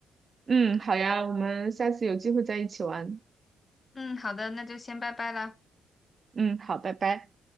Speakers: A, on the right; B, on the left.
A: 嗯，好呀，我们下次有机会再一起玩，
B: 嗯，好的，那就先拜拜啦。
A: 嗯，好，拜拜。